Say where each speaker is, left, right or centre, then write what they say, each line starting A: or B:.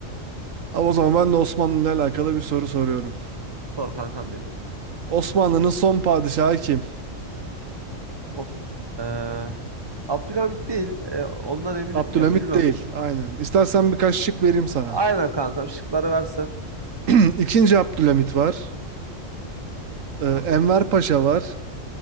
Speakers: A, on the right (about 75°); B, on the right (about 20°).
A: Ama o zaman ben de Osmanlı ile alakalı bir soru soruyorum.
B: Sor kankam benim.
A: Osmanlı'nın son padişahı kim?
B: O, e, Abdülhamit değil. e, ondan eminim.
A: Abdülhamit
B: Ya bilmiyorum.
A: değil. Aynen. İstersen birkaç şık vereyim sana.
B: Aynen kankam şıkları versen.
A: <clears throat> İkinci Abdülhamit var. Ee,
B: Tamam.
A: Enver Paşa var.